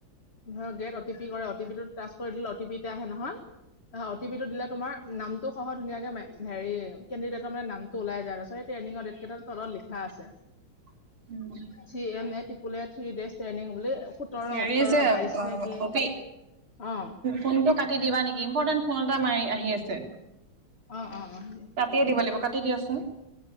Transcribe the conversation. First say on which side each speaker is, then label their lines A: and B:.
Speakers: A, on the left; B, on the right.
A: ধৰক গেট অ' টি পি কৰে। অ টি পি টো টাষ্ট কৰি দিলে, অ টি পি এটা আহে নহয়, অ টি পি টো দিলে তোমাৰ নামটো সহ ধুনীয়াকে হেৰি কেণ্ডিডেটৰ মানে নামটো ওলাই যায় আৰু তাৰপিছত এই ট্ৰেইনিঙৰ ডেট কেইটাৰ তলত লিখা আছে।
B: <inaudible> উম
A: C M A টিপুল three days training তেনে হলে। সোতৰ
B: হেৰি
A: ওঠৰ
B: যে
A: বাইশ
B: অ
A: তাৰিখে
B: ববি
A: অ
B: ফোনটো কাটি দিবা নেকি ইম্পৰ্টেণ্ট ফোন এটা মাৰি আহি আছে।
A: অ অ অ দিয়া
B: কাটিয়ে দিব লাগিব কাটি দিয়াচোন।